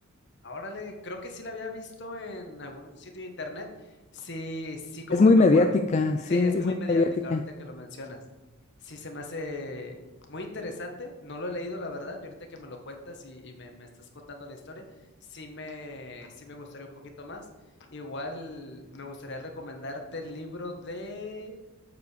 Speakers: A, on the left; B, on the left.
A: Ah, Órale, creo que sí la había visto en algún sitio de internet. Sí, sí, como
B: Es muy
A: que me
B: mediática,
A: acuerdo.
B: sí,
A: Sí, es
B: es
A: muy
B: muy
A: mediática
B: mediática.
A: ahorita que lo mencionas. Sí, se me hace muy interesante. No lo he leído, la verdad. Y ahorita que me lo cuentas y, y me, me estás contando la historia, sí me, sí me gustaría un poquito más. Igual me gustaría recomendarte el libro de...